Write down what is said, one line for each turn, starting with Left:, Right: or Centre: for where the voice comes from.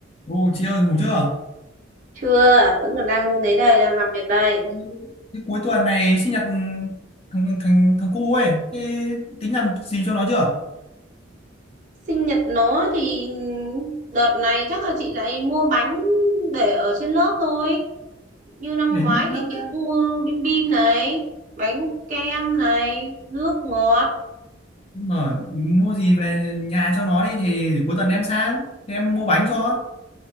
Left: Ô chị ơi ngủ chưa?
Right: Chưa, vẫn còn đang ấy đây, đang làm việc đây.
Left: Ừ. Thế cuối tuần này sinh nhật thằng thằng thằng cu ấy, thế tính làm gì cho nó chưa?
Right: Sinh nhật nó thì đợt này chắc là chị lại mua bánh để ở trên lớp thôi. Như năm
Left: Đến
Right: ngoái
Left: lên
Right: thì
Left: lớp
Right: chị
Left: nước ấy.
Right: cũng mua bim bim này, bánh kem này, nước ngọt.
Left: Mà mua gì về nhà cho nó đi thì cuối tuần em sang, Thế em mua bánh cho.